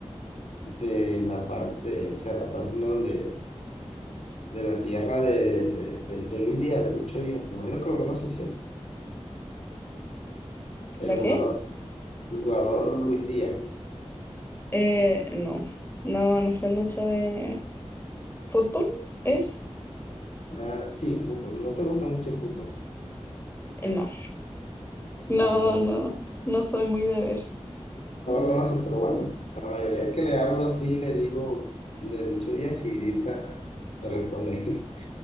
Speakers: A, on the left; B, on the left.
A: de la parte, o sea, la parte donde, de la tierra de, de, de- de Luis Díaz, de Lucho Díaz. Me imagino que lo conoces, ¿cierto? El
B: ¿La qué?
A: jugador, el jugador Luis Díaz.
B: Eh, no. No, no sé mucho de ¿Fútbol? ¿Es?
A: Ah, sí, fútbol. No te gusta mucho el fútbol.
B: Eh, No, no,
A: Nada, conoces.
B: no, no soy muy de ver.
A: No lo conoces, pero bueno, la mayoría que le hablo así, le digo, le lucho día enseguidita, me responde. <laughs>